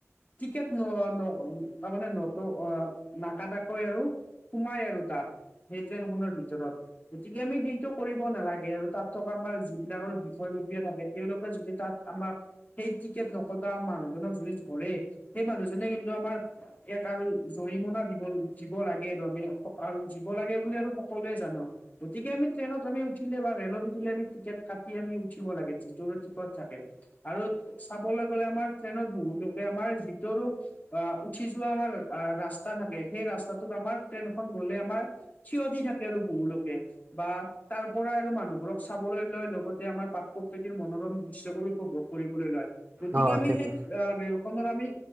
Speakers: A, on the left; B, on the right.
A: টিকট নহোৱা তাৰমানে নত অ' নাকাাটাকৈ আৰু সোমাই আৰু তাত। সেইট্ৰেন খনৰ ভিতৰত গতিকে আমি সেইটো কৰিব নালাগে আৰু তাত থকা আমাৰ যিবিলাক বিষয়ববীয়া থাকে তেওঁলোকে যদি তাত আমাক সেই টিকেট নকটা মানুহজনক যদি ধৰে সেই মানুহজনে কিন্তু আমাৰ এক আৰু জৰিমনা দিব দিব লাগে আৰু আমি আৰু দিব লাগে বুলি আৰু সকলোৱে জানো গতিকে আমি ট্ৰেইনত আমি উঠিলে বা ৰেলত উঠিলে আমি টিকেট কাটি আমি উঠিব লাগে যিটো টিকট থাকে। আৰু চাবলৈ গ'লে আমাৰ ট্ৰেইনত বহু লোকে আমাৰ যিটোৰ আ, উঠি যোৱা আমাৰ আ, ৰাস্তা থাকে সেই ৰাস্তাটোত আমাৰ ট্ৰেইনখন গলে আমাৰ থিয় দি থাকে আৰু বহু লোকে বা তাৰ পৰাই আৰু মানুহবোৰক চাবলৈ লয় লগতে আমাৰ পাক প্ৰকৃতিৰ মনোৰম দৃশ্য বোৰো <unintelligible> কৰিবলৈ লয়, গতিকে
B: অঁ
A: আমি
B: ঠিক আছে
A: সেই আ, ৰেল খনৰ আমি